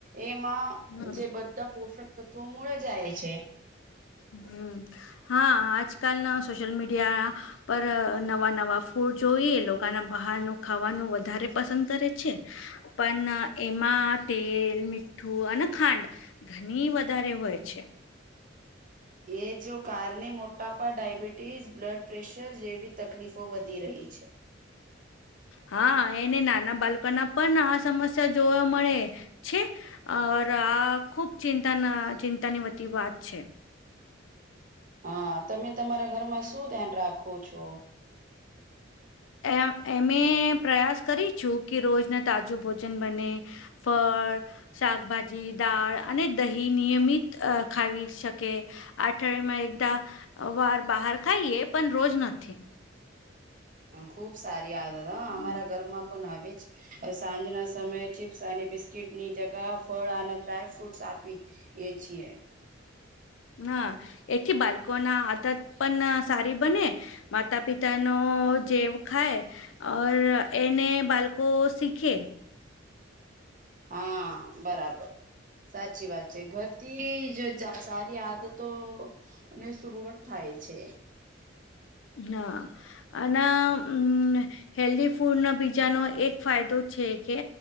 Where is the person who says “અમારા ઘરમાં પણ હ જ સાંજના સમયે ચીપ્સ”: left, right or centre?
Right